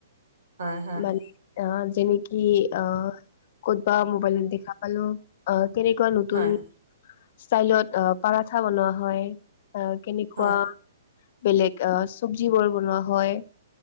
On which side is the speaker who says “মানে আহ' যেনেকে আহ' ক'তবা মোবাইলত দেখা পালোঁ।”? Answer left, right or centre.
Left